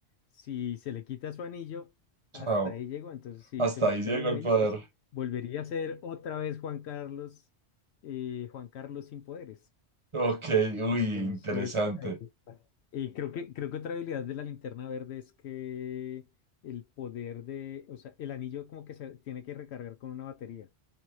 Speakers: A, on the left; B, on the right.
A: si se le quita su anillo, hasta
B: Chao.
A: ahí llegó. Entonces, si
B: Hasta
A: se me
B: ahí
A: quitara
B: llegó
A: el anillo,
B: el poder.
A: pues volvería a ser otra vez Juan Carlos, eh, Juan Carlos sin poderes.
B: Ok, uy,
A: Entonces,
B: interesante.
A: Ahí está. eh, creo que, creo que otra habilidad de la linterna verde es que el poder de, o sea, el anillo como que se tiene que recargar con una batería.